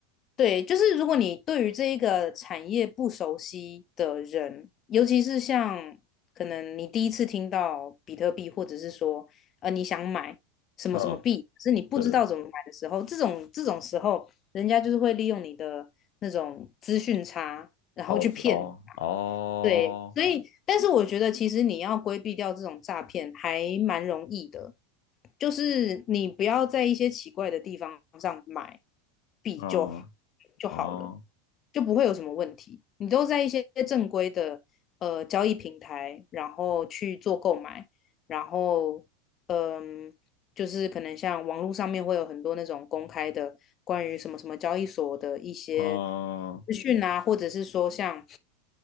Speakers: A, on the left; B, on the left.
A: 对，就是如果你对于这一个产业不熟悉的人，尤其是像可能你第一次听到比特币，或者是说呃你想买什么什么币，
B: 嗯，
A: 可是你不知道怎么买的时候，
B: 对。
A: 这种这种时候，人家就是会利用你的那种资讯差，然后去骗你。
B: 哦，哦，哦，
A: 对，所以，但是我觉得其实你要规避掉这种诈骗还蛮容易的，就是你不要在一些奇怪的地方上买币就好
B: 嗯，
A: 就好了，
B: 哦，
A: 就不会有什么问题。你都在一些正规的呃交易平台，然后去做购买，然后嗯，就是可能像网络上面会有很多那种公开的关于什么什么交易所的一些
B: 哦，
A: 资讯啊，或者是说像。